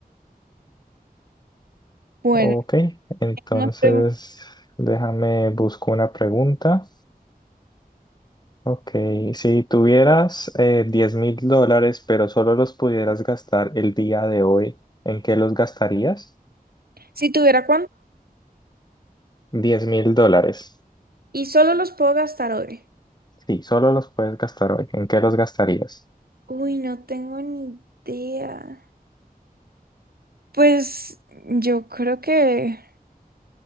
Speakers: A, on the right; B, on the left.
A: Bueno,
B: Ok, entonces
A: nos pregun-
B: déjame busco una pregunta. Ok, si tuvieras eh, 10 mil dólares, pero solo los pudieras gastar el día de hoy, ¿en qué los gastarías?
A: si tuviera
B: Diez mil dólares.
A: Y solo los puedo gastar hoy.
B: Sí, solo los puedes gastar hoy. ¿En qué los gastarías?
A: Uy, no tengo ni idea. Pues yo creo que...